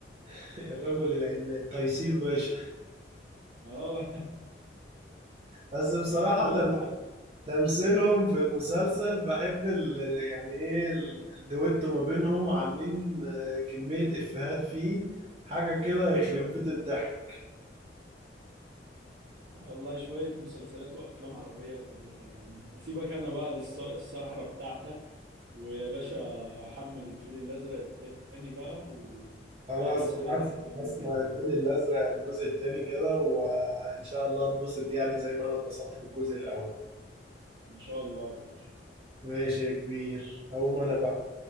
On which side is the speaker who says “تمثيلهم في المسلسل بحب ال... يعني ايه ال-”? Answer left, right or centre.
Right